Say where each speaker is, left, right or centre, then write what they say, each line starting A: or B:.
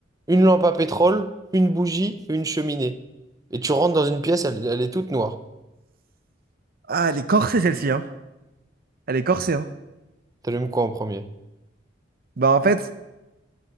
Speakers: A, on the right; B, on the right.
A: une lampe à pétrole, une bougie une cheminée. Et tu rentres dans une pièce, elle, elle est toute noire.
B: Ah, elle est corsée celle-ci, hein. Elle est corsée, hein.
A: T'allumes quoi en premier?
B: Bah en fait,